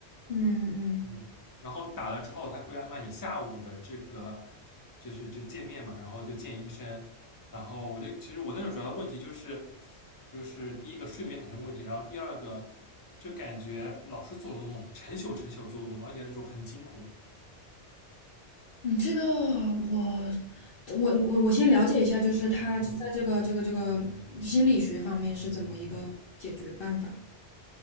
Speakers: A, on the left (about 60°); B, on the left (about 25°).
A: 嗯嗯，
B: 嗯，然后你打了之后，他会安排你下午的这个，就是就见面嘛，然后就见医生。然后我就其实我那时候主要的问题就是，就是第一个睡眠很成问题，然后第二个就感觉老是做噩梦，成宿成宿做噩梦，而且那种很惊恐。
A: 你这个我我我我先了解一下，就是他在这个这个这个心理学方面是怎么一个解决办法？
B: 嗯嗯